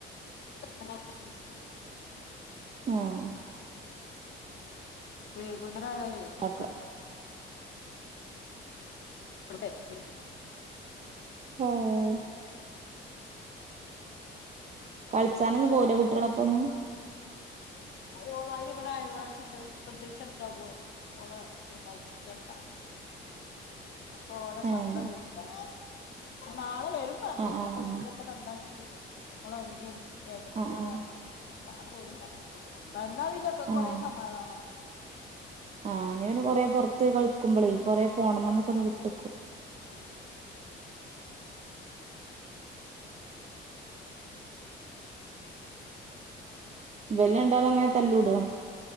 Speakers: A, on the left; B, on the right.
A: <unintelligible>
B: ആഹ്
A: വേഗോ രായാലേ ഒന്നും
B: അതൊക്കെ
A: <unintelligible>
B: പോം കളിച്ചാനൊന്നും പോവൂലേ കുട്ട്യാളൊപ്പൊന്നും
A: ഓളായിന് വടെ അയൽവാസിണ്ട് പ്രസവിച്ചിടക്കാൻ പോയി ഓളെ ചെങ്ങായ്ച്ചിന്റെമ്മ അപ്പൊ ഓളെ
B: ഏഹ്
A: സ്വന്തം വീട്ടിലാ നാളെ വെരും പറഞ്ഞു
B: ആഹ്
A: ഇന്ന്പ്പോ
B: ആഹ്
A: വീടൊക്കെ നന്നാക്കി തീ ഓളമമീം ഏട്ടതീം
B: ആഹ്
A: ഒക്കെ
B: ആഹ്
A: നന്നാക്കി പോയി നാളെ വെരും <unintelligible> വന്നാ പിന്നെ ബക് കൊറേ
B: ആഹ് ആഹ്
A: സമാദാനം
B: ആഹ് ഞ്ഞി പിന്നെ കൊറേ പൊറത്ത് പോയി കളിക്കുമ്പോളേയ് കൊറേ ഫോണ് മ്മന്നൊക്കെ ഒന്ന് വിട്ട്ക്കും
A: ആഹ്
B: ബല് രണ്ടാലും അങ്ങനെ തല്ലൂടോ